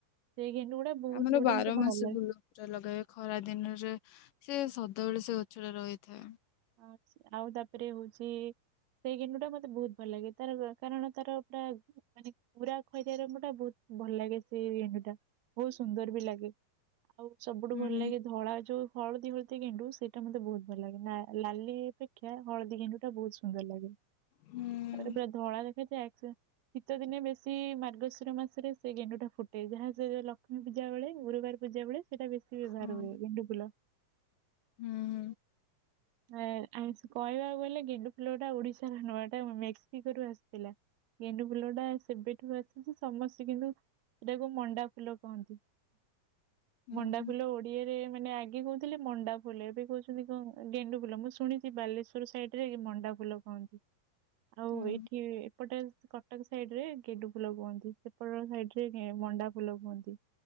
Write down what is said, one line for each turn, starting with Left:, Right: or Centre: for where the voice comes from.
Right: ସେଇ ଗେଣ୍ଡୁ ଗୁଡା ବହୁତ
Left: ଆମର
Right: ଗୁଡେ
Left: ବାର
Right: ମତେ ଭଲ
Left: ମାସି
Right: ଲାଗେ
Left: ଫୁଲ ଲଗା ଯାଏ ଖରା ଦିନରେ ସେ ସ ସେତେବେଳେ ସେ ଗଛଟା ରହିଥାଏ।
Right: ଆ ଆଉ ତାପରେ ହଉଛି ସେଇ ଗେଣ୍ଡୁ ଟା ମତେ ବହୁତ ଭଲ ଲାଗେ ତାର କାରଣ ତାର ପୁରା ମାନେ ପୁରା ଖଇଦାର ମୁ ଟା ବହୁତ ଭଲ ଲାଗେ ସେଇ ଗେଣ୍ଡୁ ଟା ବହୁତ ସୁନ୍ଦର ବି ଲାଗେ। ଆଉ ସବୁଠୁ
Left: ହୁଁ
Right: ଭଲ ଲାଗେ ଧଳା ଯୋଉ ହଳଦୀବତି ଗେଣ୍ଡୁ ସେଇଟା ମତେ ବହୁତ ଭଲ ଲାଗେ ନା। ଲାଲି ଅପେକ୍ଷା ହଳଦୀ ଗେଣ୍ଡୁ ଟା ବହୁତ ସୁନ୍ଦର ଲାଗେ
Left: ହୁଁ
Right: ତାପରେ ପୁରା ଧଳା ଦେଖାଯ ଶୀତ ଦିନେ ବେଶୀ ମାର୍ଗଶିର ମାସରେ ସେ ଗେଣ୍ଡୁ ଟା ଫୁଟେ ଯାହା ସେ ଲକ୍ଷ୍ମୀ ପୂଜା ବେଳେ ଗୁରୁବାର ପୂଜା ବେଳେ ସେଇଟା ବେଶୀ ବ୍ୟବହାର
Left: ହଁ।
Right: ହୁଏ ଗେଣ୍ଡୁ ଫୁଲ
Left: ହୁଁ ହୁଁ।
Right: କହିବାକୁ ଗଲେ ଗେଣ୍ଡୁ ଫୁଲଟା ଓଡିଶାର ନୁହ ଏଇଟା ମେକ୍ସିକୋରୁୁ ଆସିଥିଲା ଗେଣ୍ଡୁ ଫୁଲ ଟା ସେବେଠୁ ଆସିଛି ସମସ୍ତେ କିନ୍ତୁ ସେଟାକୁ ମଣ୍ଡା ଫୁଲ କହନ୍ତି।
Left: ହୁଁ
Right: ମଣ୍ଡା
Left: ହୁଁ
Right: ଫୁଲ ଓଡିଆରେ ମା ଆଗେ କହୁଥିଲେ ମଣ୍ଡା ଫୁଲ ଏବେ କହୁଛନ୍ତି କଣ ଗେଣ୍ଡୁ ଫୁଲ ମୁଁ ଶୁଣିଛି ବାଲେଶ୍ଵର ସାଇଡରେ ମଣ୍ଡା ଫୁଲ କୁହନ୍ତି। ଆଉ
Left: ହୁଁ
Right: ଏଇଠି ସେପଟେ କଟକ ସାଇଡ ରେ ଗେଣ୍ଡୁ ଫୁଲ କୁହନ୍ତି ସେପଟ ସାଇଡ ରେ ମଣ୍ଡା ଫୁଲ କୁହନ୍ତି